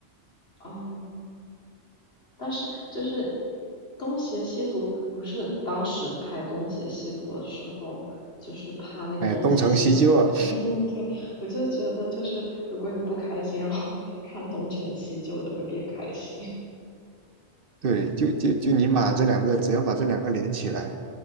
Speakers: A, on the left (about 65°); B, on the right (about 55°).
A: 啊。但是就是东邪西毒，不是当时拍东邪西毒的时候，就是怕那个东邪西毒，
B: 哎，东成西就啊，
A: <laughs> 对对对，我就觉得就是如果你不开心，然后 <laughs> 看东成西就，就会变开心。
B: 对，就就就你把这两个，只要把这两个连起来，